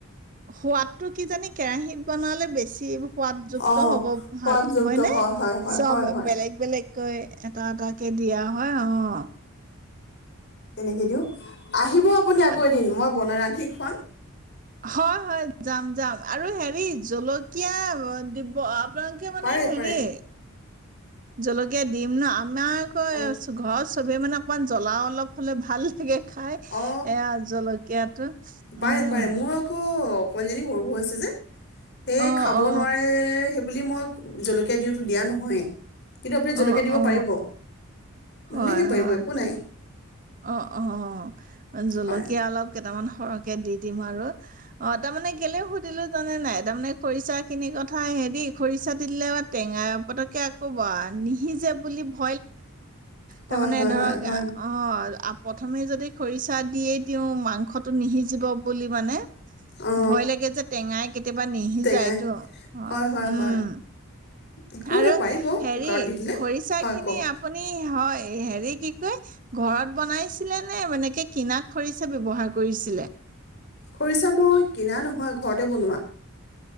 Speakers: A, on the right (about 40°); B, on the left (about 50°).
A: সোৱাদ টো কিজানি কেৰাহীত বনালে বেছি সোৱাদযুক্ত
B: অ
A: হ'ব
B: সোৱাদযুক্ত
A: ভাল হয়, নে?
B: হয় হয়
A: চব
B: হয় হয়
A: বেলেগ বেলেগ কৈ এটা এটা কে দিয়া হয়, অ'।
B: তেনেকে দিওঁ, আহিব <unintelligible>
A: অ
B: মই ৰান্ধি খুৱাম।
A: হয়, হয়, যাম, যাম আৰু হেৰি জলকীয়া দিব আপ আপোনালোকে মানে
B: পাৰে
A: হেৰি
B: পাৰে
A: জলকীয়া দিম ন? আমাৰ আকৌ
B: অ
A: এচ ঘচ চবে মানে অকমান জ্বলা অলপ হ'লে ভাল লাগে। খাই
B: অ
A: এয়া জলকীয়াটো
B: পাৰে
A: উম।
B: পাৰে মোৰ আকৌ অকমান জানি সৰু হৈ হৈছে যে। সেই
A: অ অ
B: খাব নোৱাৰে সেইবুলি মই জলকীয়া দিওঁতো দিয়া নহয়। কিন্তু আপুনি
A: অ
B: জলকীয়া দিব
A: অ
B: পাৰিব। ধুনীয়াকে
A: হয়
B: পাৰিব
A: হয়
B: একো নাই।
A: অ', অ', অ'। জলকীয়া
B: হয়
A: অলপ কেইটামান সৰহকে দি দিম আৰু অ', তাৰমানে কেলে সুধিলো জানে নাই? তামানে খৰিচা খিনি কথা হেৰি খৰিচা দিলে আ টেঙা পতকে আক আকৌ বা নিসিজে বুলি ভ
B: হয়
A: তাৰমানে
B: হয়
A: ধৰক,
B: হয় হয়
A: অ' আ প্ৰথমে যদি খৰিচা দিয়ে, তেওঁ মানসটো নিসিজিব কলি মানে
B: অ
A: ভয় লাগে যে, টেঙাই কেতিয়াবা নিসিজাইটো,
B: টেঙাই
A: অ',
B: হয় হয়
A: উম।
B: হয় একো
A: আৰু
B: নাই পাৰিব
A: হেৰি
B: কুকাৰত দি দিলে
A: খৰিচা
B: হয়
A: খিনি
B: কওক
A: আপুনি, হয়। এ হেৰি কি কয় ঘৰত বনাইছিলে নে? এনেকে কিনা খৰিচা ব্যৱহাৰ কৰিছিলে?
B: খৰিচা মই কিনা নহয়, ঘৰতে বনোৱা।